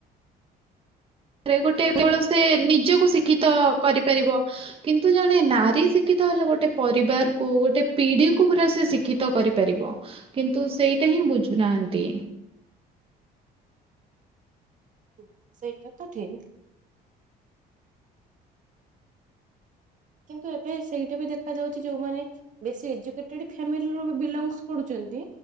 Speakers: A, on the right; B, on the right.
A: ଘରେ ଗୋଟେକେବଳ ସେ ନିଜକୁ ଶିକ୍ଷିତ କରିପାରିବ କିନ୍ତୁ ଜଣେ ନାରୀ ଶିକ୍ଷିତ ହେଲେ ଗୋଟେ ପରିବାରକୁ ଗୋଟେ ପିଢିକୁ ପୁରା ସେ ଶିକ୍ଷିତ କରିପାରିବ କିନ୍ତୁ ସେଇଟା ହିଁ ବୁଝୁନାହାନ୍ତି।
B: ହ ସେଇଟା ତ ଠିକ। କିନ୍ତୁ ଏବେ ସେଇଟା ବି ଦେଖାଯାଉଛି ଯୋଉମାନେ ବେଶୀ ଏଜୁକେଟେଡ୍ ଫ୍ୟାମିଲିରୁ ବି ବିଲଙ୍ଗସ କରୁଛନ୍ତି